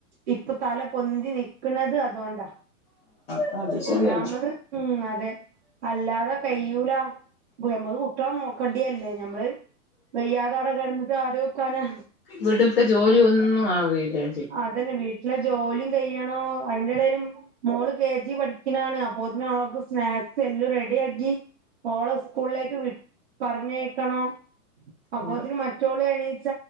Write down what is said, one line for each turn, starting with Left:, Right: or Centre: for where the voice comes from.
Right: ഇപ്പൊ തല പൊന്തി നിക്ക്ണത് അതോണ്ടാ.
Left: ആഹ് അത് ശരിയാണ്
Right: ഒന്നാമത് ഉം അതെ അല്ലാതെ കയ്യൂല ഗു മ്മക്ക് കുട്ട്യോളാ നോക്കണ്ടിയല്ലേ ഞ മ്മള് വെയ്യാതവ്ടെ കെട്ന്നിട്ട് ആരോക്കാന.
Left: വീട്ടിൽത്തെ ജോലിയൊന്നും ആവയില്ലേ?
Right: അതന്നെ വീട്ടിലെ ജോലിം കയ്യണോ അയിന്റെടയില് മോള് കെ ജി പഠി ക്കിനാണ് അപ്പോത്തിനോക്ക് സ്നാക്സെല്ല റെഡിയാക്കി ഓളെ സ്കൂളേക്ക് വി പറഞ്ഞയക്കണോ അപ്പൊത്തിന്
Left: ആ
Right: മറ്റ് റ്റോള് എണീച്ച